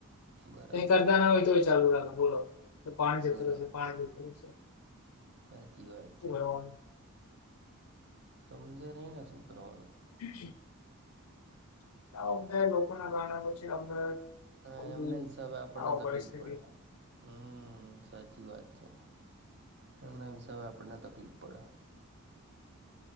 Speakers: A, on the right; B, on the left.
A: બરાબર
B: ક કરતા ના હોય તો ચાલુ રા બોલો તો પાણી
A: બોલો
B: જતું રહેશે પાણી
A: સાચી વાત છે સમજે નહી ને શું કરવાનું
B: <unintelligible> <unintelligible>
A: હા
B: બધી
A: એમના હિસાબે આપણને
B: આવો
A: તકલીફ
B: પરિસ્થિતિ
A: પડે હમ્મ સાચી વાત છે એના હીસાબ આપને પીપર